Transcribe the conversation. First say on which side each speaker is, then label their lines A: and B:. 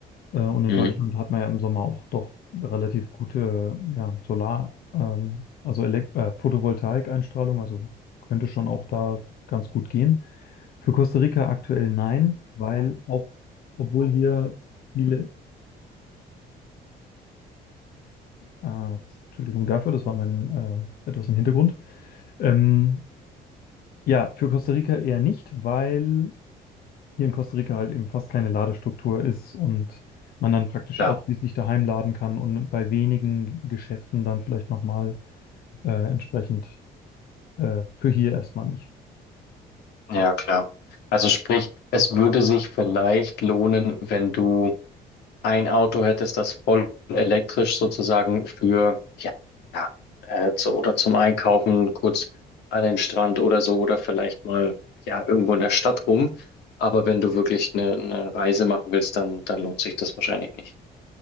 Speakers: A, on the left; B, on the left.
A: Äh, und in
B: Mhm.
A: Deutschland hat man ja im Sommer auch doch relativ gute, äh, ja, Solar, ähm, also Elekt äh, Photovoltaik-Einstrahlung, also könnte schon auch da ganz gut gehen. Für Costa Rica aktuell nein, weil auch, obwohl hier viele, ah, Entschuldigung dafür, das war mein äh, etwas im Hintergrund. Ähm, ja, für Costa Rica eher nicht, weil hier in Costa Rica halt eben fast keine Ladestruktur ist und man dann praktisch
B: Klar,
A: ausschließlich daheim laden kann und bei wenigen Geschäften dann vielleicht nochmal äh, entsprechend äh, für hier erstmal nicht.
B: ja klar. Also sprich, es würde sich vielleicht lohnen, wenn du ein Auto hättest, das voll elektrisch sozusagen für, ja, ja, äh, zu, oder zum Einkaufen, kurz an den Strand oder so, oder vielleicht mal, ja, irgendwo in der Stadt rum. Aber wenn du wirklich eine, eine Reise machen willst, dann, dann lohnt sich das wahrscheinlich nicht.